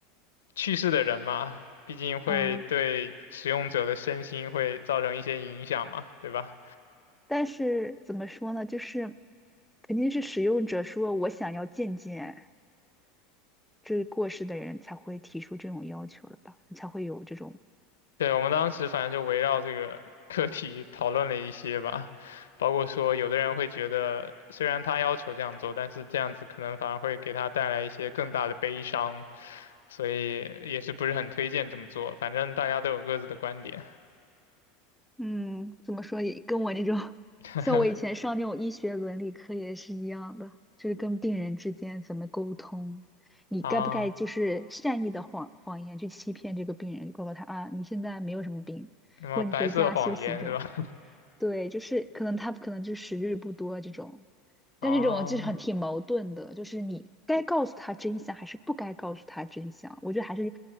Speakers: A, on the left; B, in the centre.
A: 去世的人嘛，毕竟会对使用者的身心会造成一些影响嘛，
B: 嗯。
A: 对吧？
B: 但是怎么说呢，就是肯定是使用者说我想要见见这过世的人才会提出这种要求的吧，才会有这种，
A: 对，我们当时反正就围绕这个课题讨论了一些吧，包括说有的人会觉得，虽然他要求这样做，但是这样子可能反而会给他带来一些更大的悲伤，所以也是不是很推荐这么做。反正大家都有各自的观点
B: 嗯，怎么说也跟我那种，
A: <laughs>
B: 像我以前上那种医学伦理课也是一样的，就是跟病人之间怎么沟通，你该不该就是善意的谎谎言去欺骗这个病人，
A: 啊，
B: 告诉他啊，你现在没有什么病，
A: 什么白色谎言是吧？
B: 或者你回家休息这种。对，就是可能他可能就时日不多这种，
A: <laughs>
B: 但这种就是很挺矛盾的，
A: 啊
B: 就是你该告诉他真相还是不该告诉他真相，我觉得还是